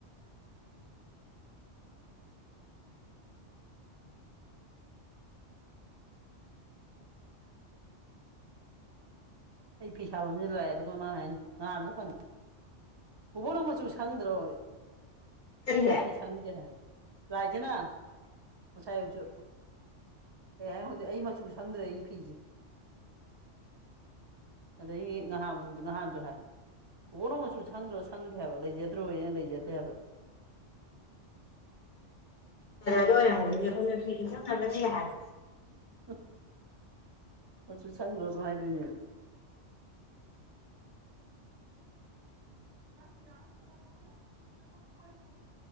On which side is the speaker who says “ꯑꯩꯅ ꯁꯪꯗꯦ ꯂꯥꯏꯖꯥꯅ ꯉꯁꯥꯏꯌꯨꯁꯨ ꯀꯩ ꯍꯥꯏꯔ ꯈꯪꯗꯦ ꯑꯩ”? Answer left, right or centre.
Right